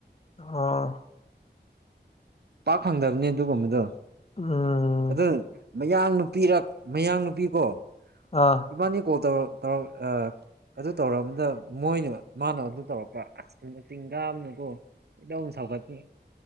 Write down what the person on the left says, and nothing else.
ꯑꯥ
ꯎꯝ
ꯑꯥ